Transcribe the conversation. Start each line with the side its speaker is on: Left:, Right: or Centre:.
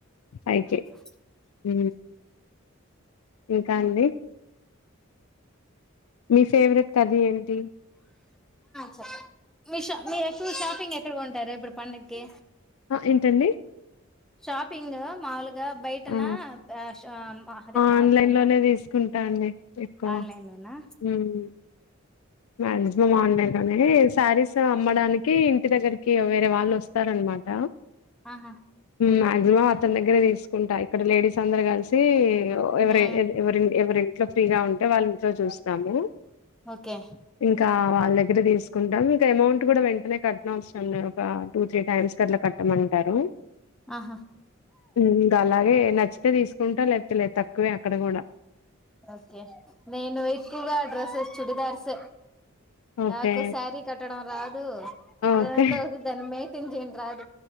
Left: అయితేే
Centre: ఓకే
Left: హ ఇంకా అండి మీ ఫేవరెట్ కర్రీ ఏంటి
Centre: చెప్పండి మీష మీ ఎకు షాపింగ్ ఎ ఎక్కడ ఉంటారు ఇప్పుడు పండగక్కి
Left: ఆ ఏంటండి
Centre: షాపింగ్ మామూలుగా గా బయటనా
Left: ఆ
Centre: అ అ అదే మార్ట్లోనా
Left: ఆన్లైన్ లోనే తీసుకుంటా అండి ఎక్కువ
Centre: ఆన్లైన్ లోనా
Left: హ్మ్. మాక్సిమం ఆన్లైన్ లోనే సారీస్ అమ్మడానికి ఇంటి దగ్గరికి వేరే వాళ్ళు వస్తారనమాట
Centre: ఆహా
Left: మాక్సిమం అతని దగ్గరే తీసుకుంటా ఇక్కడ లేడీస్ అందరు కలిసి ఎవ
Centre: ఉమ్
Left: ఎవరి ఎవరింట్లో ఫ్రీగా ఉంటే వాళ్ళ ఇంట్లో చూస్తాము
Centre: ఓకే
Left: ఇంకా వాళ్ళ దగ్గర తీసుకుంటాం ఇంకా అమౌంట్ కూడా వెంటనే కట్టణవసరంలే ఒక టూ త్రీ టైమ్స్ కి అట్లా కట్టమంటారు
Centre: ఆహా
Left: ఇంకలాగే న నచ్చితే తీసుకుంటా లేకపోతే లేదు తక్కువే అక్కడ కూడా
Centre: ఓకే నేను ఎక్కువగా డ్రెస్సెస్ చూడిదార్సే
Left: ఓకే
Centre: నాకు శారీ కట్టడం రాదు రెండోది
Left: ఓకే
Centre: దాని మెయింటేన్ చేయటం కూడా రాదు